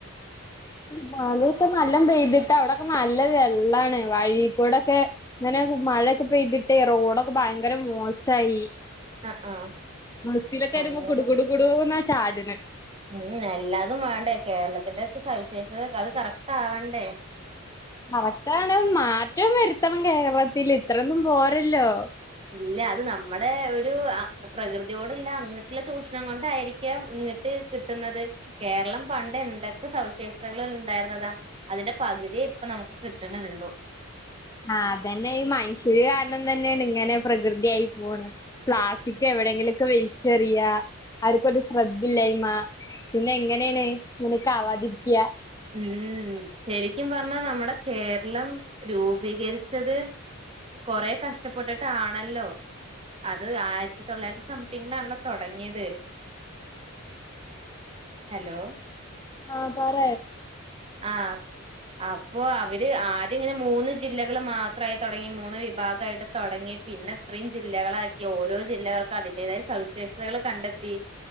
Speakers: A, on the left; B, on the right.
A: മഴേക്ക നല്ല പെയ്തിട്ട് അവിടൊക്ക നല്ല വെള്ളാണ് വഴീക്കൂടൊക്കെ ഇന്നലേക്ക മഴയൊക്ക പെയ്തിട്ടേ റോഡൊക്കെ ഭയങ്കര മോശായി.
B: ആഹ് ആഹ്
A: ബസ്സിലൊക്കെ വരുമ്പോ
B: അങ്ങനെ
A: കുടു കുടു കുടൂന്നാ ചാട്ണെ.
B: ഉം എല്ലാതും വേണ്ടേ, കേരളത്തിന്റെ ഒക്കെ സവിശേഷതക്കെ അത് കറക്റ്റ് ആവണ്ടേ
A: കറക്റ്റാണ്, മാറ്റം വരുത്തണം കേരളത്തില്, ഇത്രൊന്നും പോരല്ലോ.
B: ഇല്ല അത് നമ്മടെ ഒരു പ്രകൃതിയോടുള്ള അങ്ങിട്ടുള്ള ചൂഷണം കൊണ്ടായിരിക്കാം ഇങ്ങ് ട്ട് കിട്ടുന്നത്. കേരളം പണ്ട് എന്തക്ക സവിശേഷതകള് ഒണ്ടായിരുന്നതാ അതിന്റെ പകുതിയേ ഇപ്പ നമുക്ക് കിട്ടണ്ള്ളൂ.
A: ആഹ് അതന്നെ, ഈ മനുഷ്യര് കാരണം തന്നെയാണ് ഇങ്ങനെ പ്രകൃതിയായി പോണെ. പ്ലാസ്റ്റിക് എവിടെയെങ്കിലൊക്കെ വലിച്ചെറിയാ, ആർക്കൊരു ശ്രദ്ധ ഇല്ലായ്മ പിന്നെ എങ്ങനെയാണ് ഇങ്ങനെക്കെ ആവാതിരിക്കാ
B: ഉം ശരിക്കും പറഞ്ഞാ നമ്മടെ കേരളം രൂപീകരിച്ചത് കൊറേ കഷ്ടപ്പെട്ടിട്ടാണല്ലോ അത് ആയിരത്തി തൊള്ളായിരത്തി സംതിങ്ങിലാണല്ലോ തൊടങ്ങിയത്. ഹലോ
A: ആഹ് പറ
B: ആഹ് അപ്പൊ അവര് ആദ്യം ഇങ്ങനെ മൂന്ന് ജില്ലകള് മാത്രമായി തൊടങ്ങി, മൂന്ന് വിഭാഗായിട്ട് തൊടങ്ങി പിന്നെത്ത്രയും ജില്ലകളാക്കി ഓരോ ജില്ലകൾക്കും അതിന്റേതായ സവിശേഷതകള് കണ്ടെത്തി